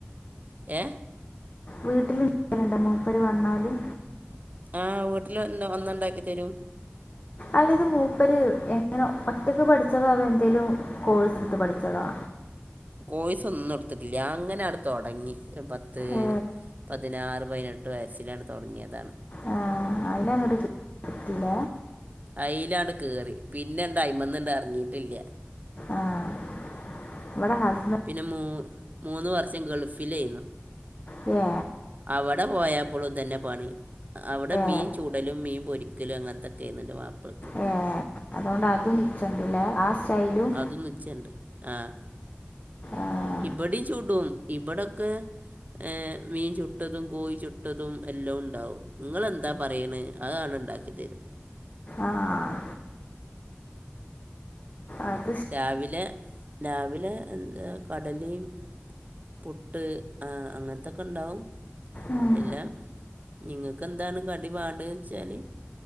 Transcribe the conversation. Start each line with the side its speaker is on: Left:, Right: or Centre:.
Right: ഏ
Left: വീട്ടിൽ <unintelligible> മൂപ്പര് വന്നാലും
Right: ആ വീട്ടിൽ വന്ന് വന്നുണ്ടാക്കി തരും
Left: അല്ല ഇത് മൂപ്പര് എങ്ങനെ ഒറ്റക്ക് പഠിച്ചതാ എന്തേലും കോഴ്സ് എടുത്ത് പഠിച്ചതാ
Right: കോയ്സ് ഒന്നും എടുത്തിട്ടില്ല അങ്ങനട് അങ്ങ് തുടങ്ങി ഒരു പത്ത്
Left: ഏ
Right: പതിനാറ് പതിനെട്ട് വയസിലങ് തുടങ്ങിയതാണ്
Left: ആ അയ്യ്നാങ്കട്പറ്റൂല
Right: അയ്ലാണ്ട് കയറി പിന്നെന്താ അയ്മന്ന് ഇണ്ട് ഇറങ്ങിയിട്ടില്ല
Left: ആഹ് ഇവിടെ ഹസബ
Right: പിന്നെ മൂ മൂന്ന് വർഷം ഗൾഫിൽ ആയിരുന്നു
Left: ഏ
Right: അവിടെ പോയപ്പോളും തന്നെ പണി അവിടെ
Left: ഏ
Right: മീൻ ചൂടലും മീൻ പൊരിക്കലും അങ്ങനത്തൊക്കെ ആയിരുന്നു എന്റെ മാപ്പളക്ക്
Left: ഏ അതുകൊണ്ട് അതും നിച്ചണ്ടില്ലെ ആ സ്റ്റൈലും
Right: അതും നിച്ചണ്ട് ആഹ്
Left: ആഹ്
Right: ഇവിടയും ചൂടും ഇവിടൊക്കെ ഏ മീൻ ചൂ ട്ടതും കോഴി ചുട്ടതും എല്ലാം ഉണ്ടാവും നിങ്ങളെന്താ പറയണ് അതാണ് ഉണ്ടാക്കി തരും
Left: ആഹ് ആഹ്
Right: രാവിലെ രാവിലെ എന്താ കടലേം പുട്ട് അങ്ങനത്തൊക്കെ ഉണ്ടാവും
Left: ഉം.
Right: എല്ലാ നിങ്ങക്ക് എന്താണ് കടി വാണ്ടെ ന്ന് വെച്ചാല്.